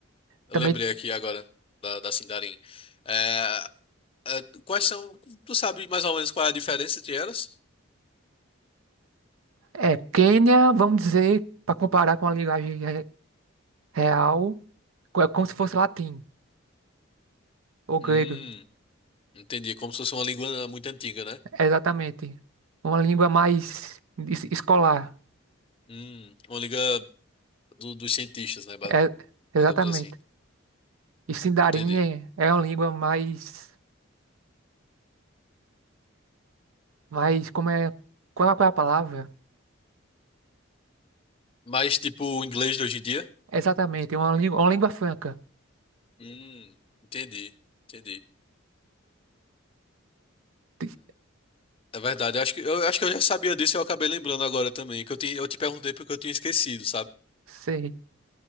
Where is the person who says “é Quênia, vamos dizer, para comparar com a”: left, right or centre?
Right